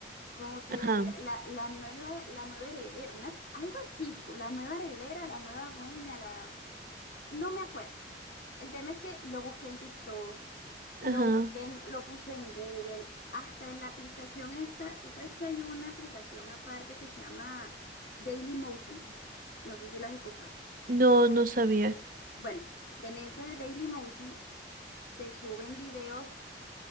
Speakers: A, on the left; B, on the right.
A: Como que
B: Ajá,
A: el- la, la nueva, la nueva heredera, una, algo así, cu- la nueva heredera, la nueva dueña, la, no me acuerdo. El tema es que lo busqué en TikTok,
B: ajá.
A: lo busqué en- lo puse en Google, hasta en la aplicación esta, tú sabes que hay una aplicación aparte que se llama Dailymotion. No sé si la has escuchado.
B: No, no sabía.
A: Bueno, que en esa de Dailymotion te suben videos